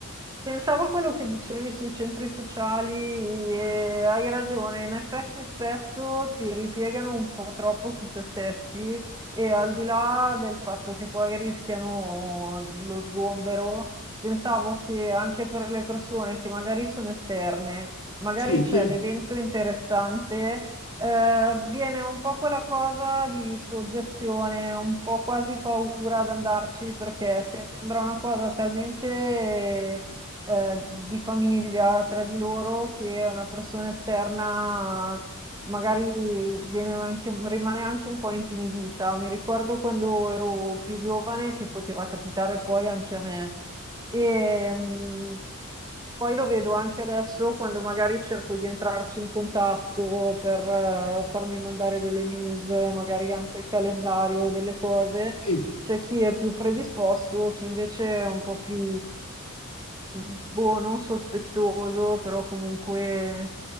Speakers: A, on the right; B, on the left.
A: Pensavo a quello che dicevi sui centri sociali e hai ragione, in effetti spesso si ripiegano un po' troppo su se stessi e al di là del fatto che poi rischiano lo sgombero, pensavo che anche per le persone che magari sono esterne, magari
B: Sì,
A: c'è
B: sì,
A: l'evento interessante, eh, viene un po' quella cosa di soggezione, un po' quasi paura ad andarci perché sembra una cosa talmente eh, di famiglia tra di loro che una persona esterna magari viene anche- rimane anche un po' intimidita. Mi ricordo quando ero più giovane che poteva capitare poi anche a me. E, mh, poi lo vedo anche adesso quando magari cerco di entrarci in contatto per eh, farmi mandare delle news, magari anche il calendario, delle cose.
B: sì,
A: C'è chi è più predisposto, chi invece è un po' più boh, non sospettoso, però comunque